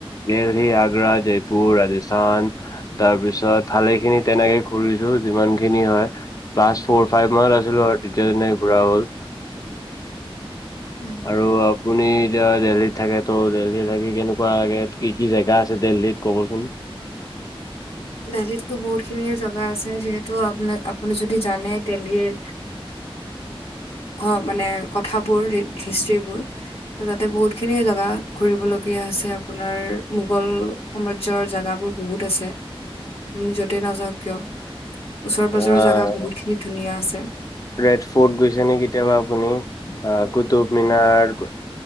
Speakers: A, on the left; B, on the left.
A: দেলহি আগ্ৰা জয়পুৰ ৰাজস্থান তাৰ পিছত ভালেখিনি তেনেকে ঘূৰিলোঁ যিমান খিনি হয়। ক্লাছ ফ'ৰ ফাইভ মানত আছিলোঁ আৰু তেতিয়া তেনেকে ঘুৰা হ'ল।
B: <inaudible>
A: আৰু আপুনি এতিয়া দেল্হীত থাকে তো দেল্হী থাকি কেনেকুৱা লাগে কি, কি জেগা আছে দেলহীত ক'বচোন।
B: দেল্হীতো বহুত খিনিয়ে জেগা আছে যিহেতু আপ-আপুনি যদি জানে দেলহীৰ অহ মানে কথাবোৰ হিষ্টীবোৰ ত তাতে বহুত খিনিয়ে জোগা ঘুৰিবলগীয়া আছে আপোনাৰ মোগল সাম্ৰাজ্যৰ জেগাবোৰ বহুত আছে। য'তে নাযাও কিয় ওচৰে পাজৰৰ
A: আহ
B: জাগা বহুত খিনি ধুনীয়া আছে।
A: ৰেড ফৰ্ট গৈছে নে কেতিয়াবা আপুনি কুটুব মিনাৰ